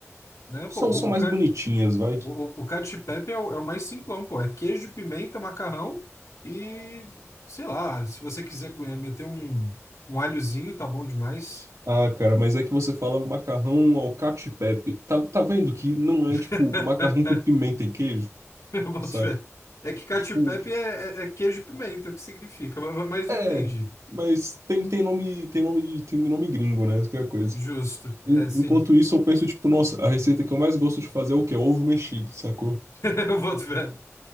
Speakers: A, on the left; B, on the right.
A: Né? Pô,
B: são,
A: o,
B: são
A: o,
B: mais
A: cat-
B: bonitinhas, vai.
A: o, o o cacio e pepe é o, é o mais simplão, pô. É queijo, pimenta, macarrão e, sei lá, se você quiser eh, meter um, um alhozinho, tá bom demais.
B: Ah, cara, mas é que você fala macarrão ao cacio e pepe. Tá, tá vendo que não é,
A: <laughs>
B: tipo, macarrão com pimenta e queijo,
A: Eu Boto
B: saca?
A: fé. É que cacio
B: Tipo,
A: e pepe é, é, é queijo e pimenta, o que significa? Ma- Mas,
B: é,
A: eu entendi.
B: mas tem, tem nome, tem nome, tem nome gringo, né? Essa que é a coisa.
A: Justo.
B: en-
A: É, sim.
B: enquanto isso, eu penso, tipo, nossa, a receita que eu mais gosto de fazer é o quê? Ovo mexido, sacou?
A: <laughs> Eu boto fé.